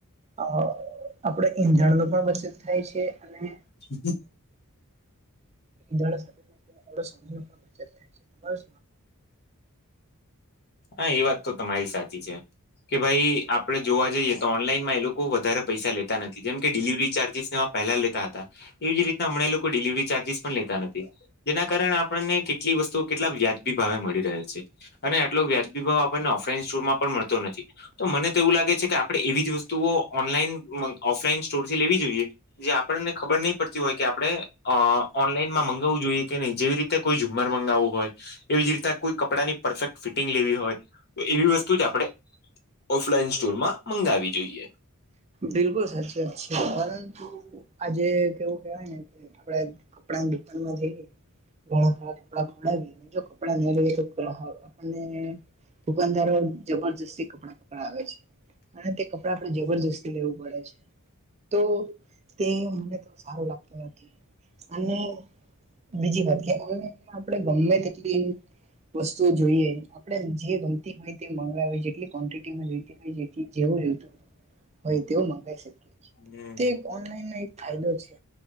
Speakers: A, on the right (about 30°); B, on the left (about 45°).
A: અ આપડ ઈંધણ ન પણ વચત થાય છે અને
B: શ <unintelligible>
A: ંધ સાથે સમય પણચ થાય છે, તમા
B: હા એ વાત તો તમારી સાચી છે. કે ભાઈ આપડે જોવા જઈએ તો ઓનલાઈનમાં એ લોકો વધારે પૈસા લે નથી જેમ કે ડિલિવરી ચાર્જિસ ને પહેલા લેતા હતા. એવી જ રીતના હમણાં લોકો ડિલિવરી ચાર્જિસ પણ લેતા નથી. જેના કારણે આપણને કેટલી વસ્તુઓ કેટલા વ્યાજબી ભાવે મળી રહે છે, અને જી ભાવ આપને ઓફ સરમાં મળતો નથી, તો મ તો એવું લાગે છે કે આપણે એવી જ વસ્તુઓ ઓનલાઈન ઓફલાઈન સ્ટોર થી લેવી જોઈએ. જે આપણને ખબર નહી પડતી હોય કે આપણે ઓનલાઈનમાં મગાવવું જોઈએ. કે નહી જેવી રીતે કોઈ ઝુમર મગાવવું હોય, એવી જ રીતે કોઈ કપડા ની પરફેક્ટ ફિટિંગ લેવી હોય. તો એવી વસ્તુ જ આપણે ઓફલાઈન સ્ટોરમાં મંગાવી જોઈએ.
A: બિલકુલ સાચી વાત છે પરંતુ આજે કેવું કેવાય ને કે. આપણે કપડાની દુકાનમાં જઈએ. ઘણા થાર કપડા ખોડ ગ જો કપડાં ના ગ તો ગ આપણને દુકાનદારો જબરજસ્તી કપડા પકડાવે છે, અને તે કપડા આપડે જબરજસ્તી લેવું પડે છે, તો તે મને તો સારો લાગતો નથી. અને બીજી વાત કે ઓનઈ આપણે ગમે તેટલી વસ્તુઓ જોઈએ. આપણે જે ગમતી હોય તે મગાવી જેટલી ક્વન્ટિટીમાં જતી હોય જે જેવું જોતું. હોય તેવું મગાવી શકીએ.
B: હમ્મ
A: તે ઓનલાઈન ન એક ફાયદો છે,